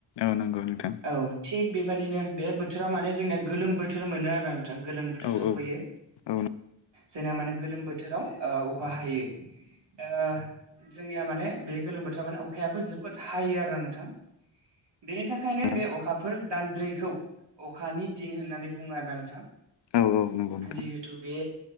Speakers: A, on the left; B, on the right.
A: औ नंगौ नोंथां।
B: औ थिग बेबायदिनो बे बोथोरा माने जोंनिया गोलोम बोथोर मोनो आरो थां गोलोम बोथोर
A: औ
B: सफैयो
A: औ औ नंगौ
B: जोंना माने गोलोम बोथोराव ओ अखा हायो। ओ जोंनिया माने बे गोलोम बोथोराव माने अखायाबो जोबोद हायो आरोना नोंथां, बेनि थाखायनो
A: नोंथां
B: बे अखाफोर दानब्रैखौ अखानि दिन होननानै बुंङो आरोना नोंथां।
A: औ नंगौ नोंथां
B: जिहुथु बे